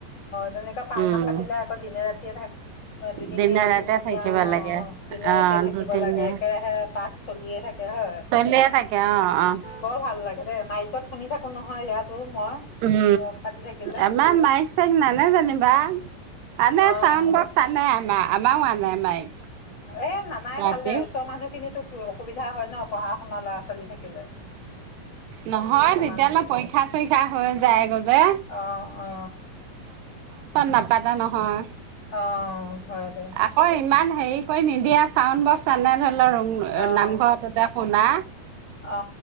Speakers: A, on the left (about 30°); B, on the right (about 80°).
A: তেনেকা পালনাম
B: উম
A: পাতিলে আকৌ দিনে ৰাতিয়ে থাক দুদিনীয়া
B: দিনে ৰাতে
A: তিনদিনীয়া
B: থাকিব
A: অ
B: লাগে
A: দিনে
B: অ
A: ৰাতিয়ে থাকিব
B: দুদিনীয়া
A: লাগে একেৰাহে। পাঠ চলিয়ে থাকে হয়
B: চলিয়ে থাকে অ অ
A: বৰ ভাল লাগে দে মাইকত শুনি থাকো নহয় ইয়াত। ত মই
B: উম
A: পাতি থাকিলে
B: এমান নাই চেন নানে জানিম। বা আনে
A: অ',
B: চাউণ্ বকস আনে আম আমাও মানে মাইক
A: এ নানাই
B: ৰাতি
A: ভাল দে ওচৰৰ মানুহখিনিতো অসুবিধা হয় ন পঢ়া শুনা ল'ৰা ছোৱালী থাকিলে
B: নহয়
A: কিছুমান
B: তেতিয়াহ'লে পৰীক্ষা চৰীক্ষা হৈ যায়গৈ যে
A: অ অ
B: নাপাতা নহয়
A: অ হয় দে
B: আকৌ ইমান হেৰি কৰি নিদিয়া চাউড বক্স আ ধ
A: অ'।
B: নাম শুনা
A: অ